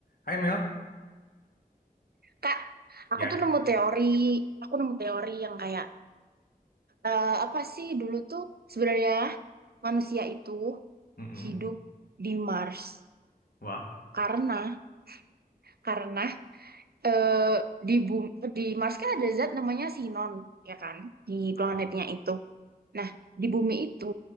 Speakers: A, on the left; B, on the right.
A: Hai Mel,
B: Kak, aku
A: ya,
B: tuh nemu teori, aku nemu teori yang kayak eh, apa sih dulu tuh sebenarnya manusia itu
A: mm-mm.
B: hidup di Mars
A: Wah,
B: karena karena eh, di bum- di Mars kan ada zat namanya sinon ya kan di
A: ah,
B: planetnya itu. Nah, di bumi itu